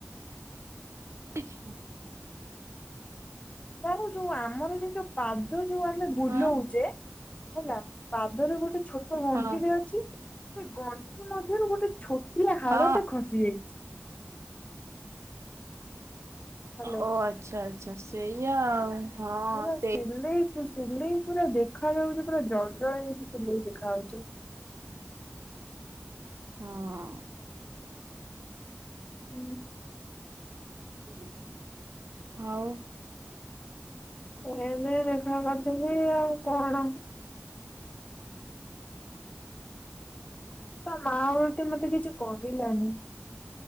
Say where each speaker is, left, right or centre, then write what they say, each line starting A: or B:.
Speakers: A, on the right (about 85°); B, on the left (about 30°).
A: <unintelligible>
B: ତାର ଯୋଉ ଆମର ଯେତେ ଯୋଉ ପାଦ ଯୋଉ ଆମେ ବୁଲୋଉଛେ
A: ହଁ
B: ହେଲା ପାଦରେ ଗୋଟେ ଛୋଟ ଗଣ୍ଠିଟେ
A: ହଁ
B: ଅଛି ସେ ଗଣ୍ଠି ମଧ୍ୟରୁ ଗୋଟେ ଛୋଟିଆ ହାଡଟେ
A: ହଁ
B: ଖସି ଯାଇଛି। ହାଲୋ।
A: ଓ ଆଚ୍ଛା! ଆଚ୍ଛା! ସେଇଆ ଆଉ ହଁ
B: ପୁରା
A: ସେଇ
B: ସିଲେଇ ଜାଜ ତୁ ସିଲେଇ ପୁରା ଦେଖା ଯାଉଚି ପୁରା ଜଳ ଜଳ ହେଇକି ସିଲେଇ ଦେଖା ଯାଉଛି।
A: ହଁ।
B: <unintelligible>
A: <inaudible> ଆଉ
B: <unintelligible> ଦେଖା କରିଥିଲି ଆଉ କଣ? ତା ମା ଆଉ ଏତେ ମତେ କିଛି କହିଲାନି।